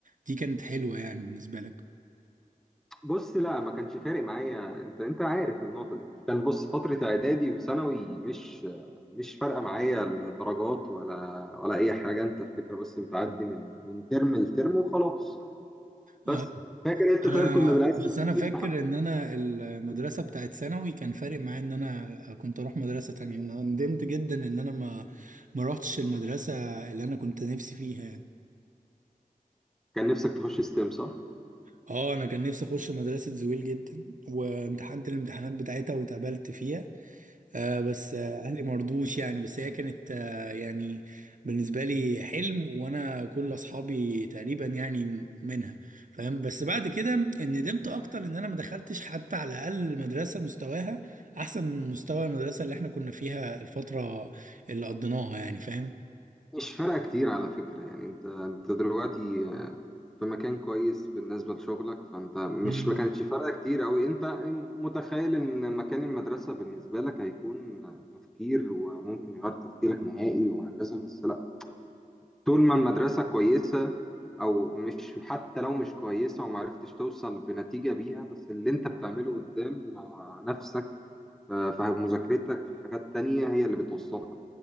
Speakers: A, on the right; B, in the centre.
A: دي كانت حلوة يعني بالنسبة لك
B: بص لا ما كانش فارق معايا انت انت عارف النقطه دي كان بص فتره اعدادي وثانوي مش آه، مش فارقه معايا الدرجات ولا ولا اي حاجه انت الفكره بس بتعدي من من ترم لترم وخلاص بس
A: آه.
B: فاكر انت
A: انا
B: طيب كنا بنقسم
A: بس
B: السنين
A: انا فاكر
B: امتحانات؟
A: ان انا المدرسه بتاعت ثانوي كان فارق معايا ان انا كنت اروح مدرسه تانية انا ندمت جدا ان انا ما ما روحتش المدرسه اللي انا كنت نفسي فيها يعني
B: كان نفسك تخش ستيم صح
A: اه انا كان نفسي اخش مدرسه زويل جدا وامتحنت الامتحانات بتاعتها واتقبلت فيها آه بس آه، اهلي مرضوش يعني بس هي كانت آه يعني بالنسبه لي حلم وانا كل اصحابي تقريبا يعني منها فاهم بس بعد كده ندمت اكتر ان انا ما دخلتش حتى على الاقل مدرسه مستواها احسن من مستوى المدرسه اللي احنا كنا فيها الفتره اللي قضيناها يعني فاهم
B: مش فارقة كتير على فكرة يعني انت انت دلوقتي في مكان كويس بالنسبة لشغلك فانت مش
A: مم.
B: ما كانتش فارقة كتير اوي انت متخيل ان مكان المدرسة بالنسبة لك هيكون تفكير وممكن يغير تفكيرك نهائي وهكذا بس لا طول ما المدرسة كويسة او مش حتى لو مش كويسة ومعرفتش توصل بنتيجة بيها بس اللي انت بتعمله قدام نفسك في مذاكرتك في حاجات تانية هي اللي بتوصلك